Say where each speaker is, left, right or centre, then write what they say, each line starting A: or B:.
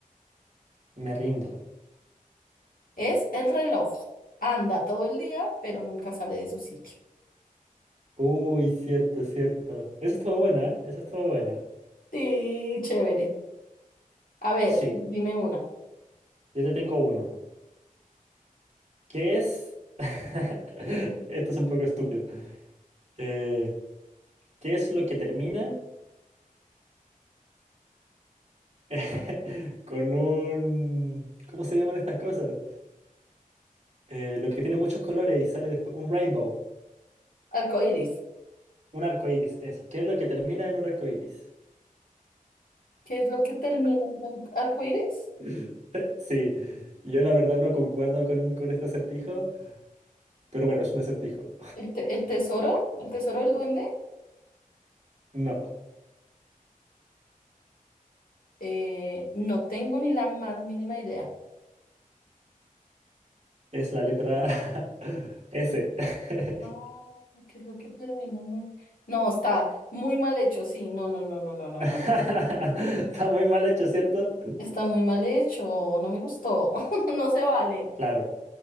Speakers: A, on the right; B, on the left.
A: Me rindo.
B: Es el reloj. Anda todo el día, pero nunca sale de su sitio.
A: Uy, cierto, cierto. Eso estuvo buena, ¿eh? Esa estuvo buena.
B: Sí, chévere. A ver,
A: Sí,
B: dime una.
A: yo te tengo uno. ¿Qué es? <laughs> Esto es un poco estúpido. Eh, ¿qué es lo que termina <laughs> con un... ¿Cómo se llaman estas cosas? Eh, lo que tiene muchos colores y sale después. Un rainbow.
B: Arcoíris.
A: Un arco iris, eso. ¿Qué es lo que termina en un arco iris?
B: ¿Qué es lo que termina en un arcoíris?
A: <laughs> Sí, yo la verdad no concuerdo con, con este acertijo, pero bueno, es un acertijo.
B: ¿El, te- el tesoro? ¿El tesoro del duende?
A: <laughs> No.
B: Eh, no tengo ni la más mínima idea.
A: Es la letra <laughs> S. <laughs>
B: Ah, ¿qué es lo que termina en el- No, está muy mal hecho, sí. No, no, no, no, no, no,
A: Está
B: no.
A: muy mal hecho, ¿cierto?
B: Está muy mal hecho. No me gustó. <laughs> No se vale.
A: Claro,